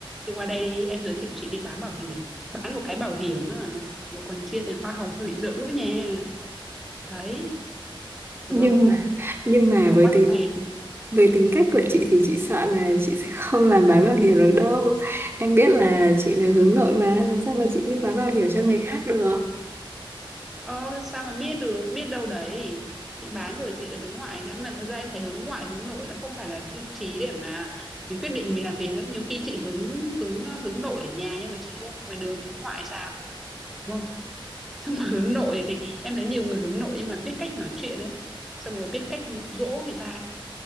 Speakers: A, in the centre; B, on the right.
A: Chị qua đây đi. Em giới thiệu chị đi bán bảo hiểm. Bán một cái bảo hiểm á, là còn chia tiền hoa hồng hơi bị dữ nha. Đấy. Được
B: Nhưng
A: không?
B: mà, nhưng mà
A: bỏ
B: với
A: quách
B: tính
A: này đi
B: với tính cách của chị thì chị sợ là chị sẽ không làm bán bảo hiểm được đâu. Em biết là chị là hướng nội mà làm sao mà chị đi bán bảo hiểm cho người khác được.
A: ơ sao mà biết được biết đâu đấy chị bán rồi chị lại hướng ngoại ra mà thật ra em thấy hướng ngoại hướng nội nó không phải là tiêu chí để mà mình quyết định mình làm việc á nhiều khi chị hướng hướng hướng nội ở nhà nhưng mà chị ra ngoài đường chị hướng ngoại sao đúng không <laughs> xong rồi hướng nội thì em thấy nhiều người hướng nội nhưng mà biết cách nói chuyện ấy xong rồi biết cách dụ dỗ người ta